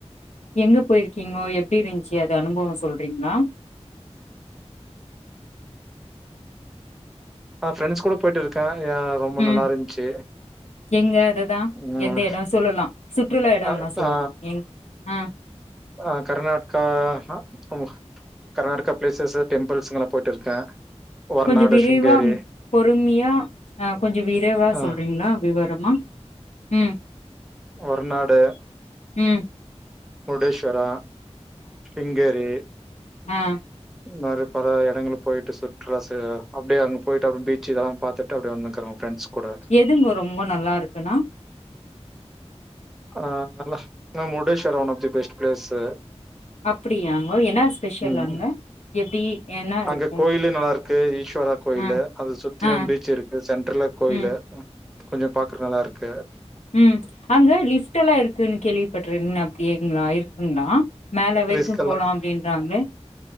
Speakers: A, on the left (about 85°); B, in the centre.
A: எங்க போயிருக்கீங்கோ எப்டி இருந்துச்சு அது அனுபவோ சொல்றீங்களா
B: ஆ ஃப்ரெண்ட்ஸ் கூட போயிட்டு இருக்கே யா ரொம்ப
A: உம்
B: நல்லா இருந்துச்சு
A: எங்க அதுதா
B: ம்
A: எந்த எடோ சொல்லலா சுற்றுலா எடோ
B: ஆ
A: எல்லாம் சொல்லலா
B: ஆ
A: ம் ஆ
B: ஆ கர்நாடகா ஆ ஆமா கர்நாட்டக்கா பிளேசஸ்சு டெம்பிள்ஸ்க்கு நா போயிட்டு இருக்கே வர்நாடு
A: கொஞ்சு விரிவா
B: சிங்கேரி
A: பொறுமையா ஆ கொஞ்சு விரைவா
B: ஆ
A: சொல்றீங்களா விவர மா ம்
B: வர்நாடு
A: உம்
B: முருடேஸ்வரா சிங்கேரி
A: ஆ
B: மாரி பல எடங்களுக்கு போயிட்டு சுற்றுலா சு அப்பிடியே அங்க போயிட்டு அப்புறோ பீச்சு இதெல்லா பாத்துட்டு அப்பிடியே வந்துகுரோம் ஃப்ரெண்ட்ஸ் கூட
A: எதுங்க ரொம்ப நல்லா இருக்குனா
B: ஆ நல்ல Murudeshwar one of the best places
A: அப்பிடியாங்கோ என்னா ஸ்பெஷல்
B: ம்
A: அங்க எப்டி என்ன இருக்கும்?
B: அங்க கோயிலு நல்லா இருக்கு ஈஸ்வரா கோயிலு
A: ஆ
B: அது சுத்தியு
A: ஆ
B: பீச் இருக்கு சென்ட்ரல கோயிலு
A: ம்
B: கொஞ்சு பாக்குற நல்லா இருக்கு கு
A: உம் அங்க லிப்ட் எல்லா இருக்குன்னு கேள்விப்பட்டுறு அப்பிடிங்களா இருக்குங்கள மேல வரைக்கு
B: ரிஸ்க் எல்லா
A: போலா அப்படின்றாங்களே